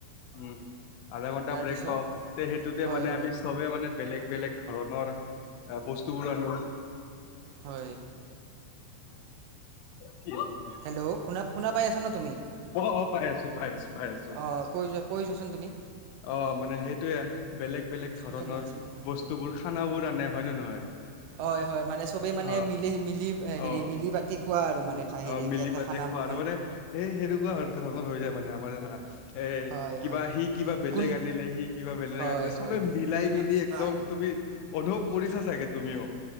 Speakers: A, on the left; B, on the right.
A: উম, আধা ঘণ্টা
B: তাৰপিছত
A: ব্ৰেক পাও তে সেইটোতে
B: হয়
A: মানে
B: হয়
A: আমি চবে মানে বেলেগ - বেলেগ ধৰণৰ বস্তুবোৰ আনো।
B: হয়।
A: কি হব <unintelligible>
B: হেল্ল', শুনা - শুনা পাই আছা ন তুমি?
A: অ', অ', পাই আছো - পাই আছো - পাই আছো।
B: অঁ কৈ যোৱা কৈ যোৱাচোন তুমি
A: অ' মানে সেইটোয়ে বেলেগ বেলেগ
B: স্পীকাৰ
A: ধৰণৰ
B: নাই স্পীকাৰ নাই
A: বস্তুবোৰ খানাবোৰ আনে হয় নে নহয়।
B: হয়-হয় মানে চবেই মানে
A: অ
B: মিলি মিলি হেৰি
A: অ
B: মিলি পাতি খোৱা আৰু মানে। হেৰি
A: অ,
B: একে
A: মিলি পাতি
B: খানাবোৰ
A: খোৱা আৰু মানে এ সেনেকুৱা ধৰণৰ হৈ যায় মানে আমাৰ জানা। এ
B: হয়
A: কিবা
B: হয়
A: সি কিবা বেলেগ
B: কোন
A: আনিলে সি কিবা বেলেগ
B: হয়
A: আনিলে
B: হয়।
A: চবে মিলাই
B: বৈনাক
A: মিলি
B: চোকা।
A: একদম তুমি অনুভৱ কৰিছা চাগে তুমিও।